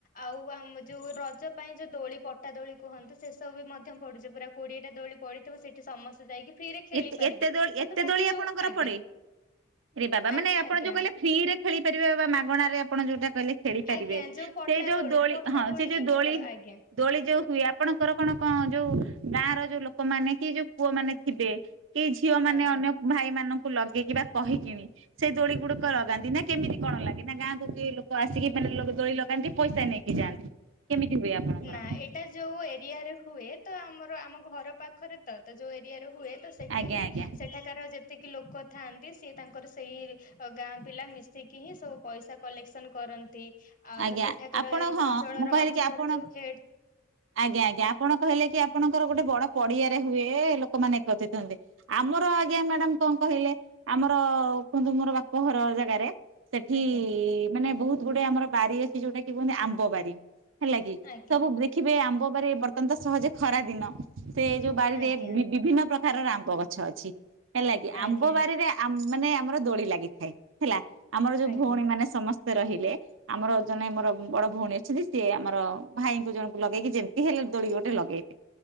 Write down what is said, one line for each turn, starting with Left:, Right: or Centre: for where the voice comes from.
Left: ଆଉ ଆମ ଯୋଉ ରଜ ପାଇଁ ଯୋଉ ଦୋଳି ପଟା ଦୋଳି କୁହନ୍ତୁ ସେସବୁ ବି ମଧ୍ୟ ପଡୁଛି ପୁରା କୋଡିଏଟା ଦୋଳି ପଡି ସେଠି ସମସ୍ତେ ଯାଇକି ଫ୍ରିରେ ଖେଳି
Right: ଏତେ
Left: ପାରିବେ
Right: ଏତେ ଦୋଳି
Left: କିନ୍ତୁ
Right: ଏତେ
Left: ବାକି
Right: ଦୋଳି
Left: ଯୋଉ
Right: ଆପଣଙ୍କର
Left: ଆଜ୍ଞା।
Right: ପଡେ? ରେ ବାବା ମାନେ
Left: ଆଜ୍ଞା
Right: ଆପଣ
Left: ଆଜ୍ଞା
Right: ଯୋଉ କହିଲେ ଫ୍ରି ରେ ଖେଳିପାରିବେ ବା ମାଗଣାରେ ଆପଣ ଯୋଉଟା କହିଲେ। ଖେଳି ପାରିବେ
Left: ଆଜ୍ଞା ଯୋଉ ପଟା
Right: ସେ ଯୋଉ ଦୋଳି
Left: ପଟା
Right: ହଁ ସେ ଯୋଉ
Left: ହିଁ
Right: ଦୋଳି
Left: କେବଳ ଆଜ୍ଞା
Right: ଦୋଳି ଯୋଉ ହୁଏ ଆପଣଙ୍କର କଣ କଣ ଯୋଉ ଗାଁ ର ଯୋଉ ଲୋକମାନେ କି ଯୋଉ ପୁଅ ମାନେ ଥିବେ କି ଝିଅ ମାନେ
Left: ଆଜ୍ଞା।
Right: ଅନ୍ୟ ଭାଇ ମାନଙ୍କୁ ଲଗେଇକି ବା କହିକିଣି। ସେଇ ଦୋଳି ଗୁଡିକ ଲଗାନ୍ତି ନା କେମିତି କଣ ଲାଗେ ନା ଗାଁକୁ କିଏ ଲୋକ ଆସିକି ମାନେ ଦୋଳି ଲଗାନ୍ତି ପଇସା ନେଇ କି ଯାଆନ୍ତି। କେମିତି ହୁଏ ଆପଣଙ୍କର
Left: ନା ଇ। ଏଇଟା ଯୋଉ ଏରିଆରେ ହୁଏ ତ ଆମର ଆମ ଘର ପାଖରେ ତ ଯୋଉ ଏରିଆରେ ହୁଏ ତ ସେଠି
Right: ଆଜ୍ଞା
Left: ହିଁ
Right: ଆଜ୍ଞା
Left: ସେଟା ତାର ଯେତିକି ଲୋକ ଥାଆନ୍ତି ସିଏ ତାଙ୍କର ସେଇ ଗାଁ ପିଲା ମିଶିକି ହିଁ ସବୁ ପଇସା କଲେକ୍ସନ କରନ୍ତି ଆଉ
Right: ଆଜ୍ଞା
Left: ତ ସେଠାକାର
Right: ଆପଣ ହଁ
Left: ଅଞ୍ଚଳର
Right: ମୁଁ କହିଲି
Left: ଅଞ୍ଚଳର
Right: କି ଆପଣ
Left: ଯୋଉ ହେଡ
Right: ଆଜ୍ଞା ଆଜ୍ଞା ଆପଣ କହିଲେ କି ଆପଣଙ୍କର ଗୋଟେ ବଡ ପଡିଆରେ ହୁଏ, ଲୋକମାନେ ଏକତ୍ରିତ ହୁଏ। ଆମର ଆଜ୍ଞା ମ୍ୟାଡମ କଣ କହିଲେ ଆମର କୁହନ୍ତୁ ମୋର ବାପଘର ଜାଗାରେ ସେଠି
Left: ଆଜ୍ଞା
Right: ମାନେ ବହୁତ ଗୁଡେ ଆମର ବାରି ଅଛି ଯୋଉଟା କି କୁହନ୍ତି ଆମ୍ବ ବାରି। ହେଲା କି
Left: ଆଜ୍ଞା
Right: ସବୁ ଦେଖିବେ ଆମ୍ବ ବାରେ ବର୍ତ୍ତମାନ ତ ସହଯେ ଖରା ଦିନ। ସେ ଯୋଉ ବାଡିରେ
Left: ଆଜ୍ଞା
Right: ବିଭିନ୍ନ ପ୍ରକାର ର ଆମ୍ୱ ଗଛ ଅଛି। ହେଲା କିି
Left: ଆଜ୍ଞା
Right: ଆମ୍ବ ବାରିରେ ମାନେ ଆମର ଦୋଳି ଲାଗିଥାଏ ହେଲା। ଆମର ଯୋଉ
Left: ଆଜ୍ଞା
Right: ଭଉଣୀ ମାନେ ସମସ୍ତେ ରହିଲେ ଆମର ଜଣେ ମୋର ବଡ ଭଉଣୀ ଅଛନ୍ତି ସିଏ ଆମର ଭାଇଙ୍କୁ ଜ ଲଗେଇକି ଯେମିତି ହେଲେ ଦୋଳି ଗୋଟେ ଲଗେଇବେ।